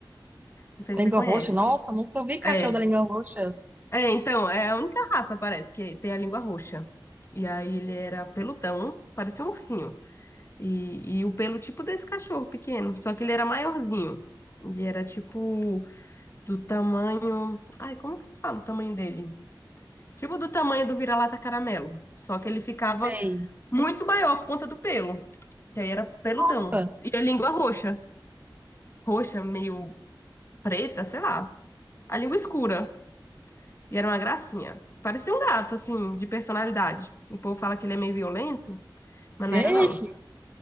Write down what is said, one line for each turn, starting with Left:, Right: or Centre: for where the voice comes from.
Left: Não sei
Right: Língua
Left: se você conhece.
Right: roxa. Nossa, nunca vi cachorro
Left: É,
Right: da língua roxa.
Left: é, então, é a única raça, parece, que tem a língua roxa. E aí ele era peludão, parecia um ursinho. E, e o pelo tipo desse cachorro pequeno, só que ele era maiorzinho. Ele era tipo do tamanho. Ai, como que eu falo o tamanho dele? Tipo do tamanho do vira-lata caramelo. Só que ele ficava
Right: Sei.
Left: muito maior por conta do pelo, que aí era peludão.
Right: Nossa,
Left: E a língua roxa, roxa, meio preta, sei lá. A língua escura. E era uma gracinha. Parecia um gato, assim, de personalidade. E o povo fala que ele é meio violento, mas
Right: gente,
Left: não era, não.